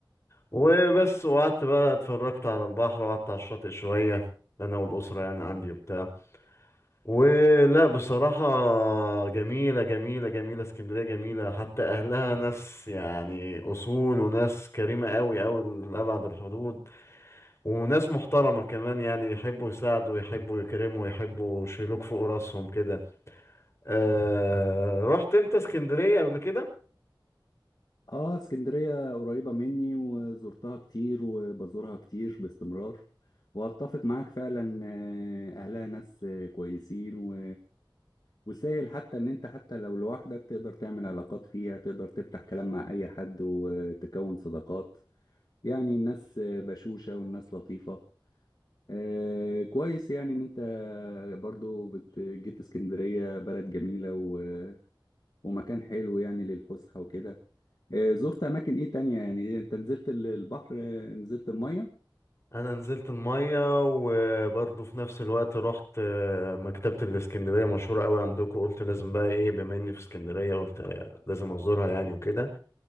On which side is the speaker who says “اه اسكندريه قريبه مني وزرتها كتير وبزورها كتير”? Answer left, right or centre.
Left